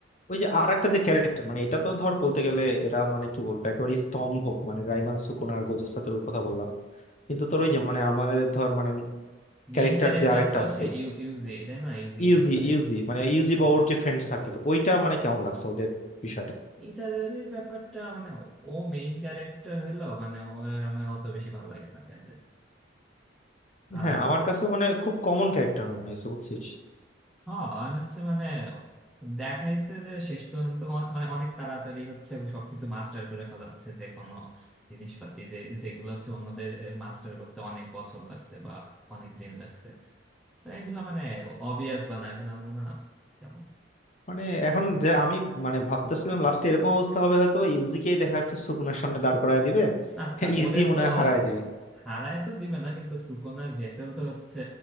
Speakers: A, on the left; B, in the centre.
A: ওই যে আর একটা যে ক্যারেক্টার মানে এটা তো ধর বলতে গেলে এরা মানে কি বলবো একেবারে স্তম্ভ মানে রাইমান সুকুনা আর গোজো সাতোরুর কথা বললাম কিন্তু তোর ওই যে মানে আমাদের ধর মানে ক্যারেক্টার
B: মেইন ক্যারেক্টার
A: যে আরেকটা
B: তো হচ্ছে
A: আছে
B: ইউ- ইউজি তাই না ইউজি
A: ইউজি
B: ইটাদোরে
A: ইউজি মানে ইউজি
B: হ্যাঁ
A: বা ওর যে ফ্রেন্ড সার্কেল ওইটা মানে কেমন লাগছে ওদের বিষয়টা
B: ইটাদোরের ব্যাপারটা মানে ও মেইন ক্যারেক্টার হলো মানে ওর আমার অত বেশি ভালো লাগে না কেন জানি। আর
A: হ্যাঁ আমার কাছে মানে খুব কমন ক্যারেক্টার মনে হয়েছে বুঝছিস
B: হ্যাঁ আর হচ্ছে মানে দেখাইছে যে শেষ পর্যন্ত অ- মানে অনেক তাড়াতাড়ি হচ্ছে ও সবকিছু মাস্টার করে ফেলাচ্ছে যে কোনো জিনিসপাতি যে যেগুলো হচ্ছে অন্যদের মাস্টার করতে অনেক বছর লাগছে বা অনেক দিন লাগছে তাই এগুলো মানে অবভিয়াস বানায় ফেলানো না যেমন
A: মানে এখন যে আমি মানে ভাবতেছিলাম লাস্টে এরকম অবস্থা হবে হয়তো ইউজিকেই দেখা যাচ্ছে সুকুনার সামনে দাঁড় করায় দিবে
B: না তা
A: ইউজি
B: ওদের
A: মনে
B: তো
A: হয় হারায় দিবে
B: হারায় তো দিবে না কিন্তু সুকোনার ভেসেল তো হচ্ছে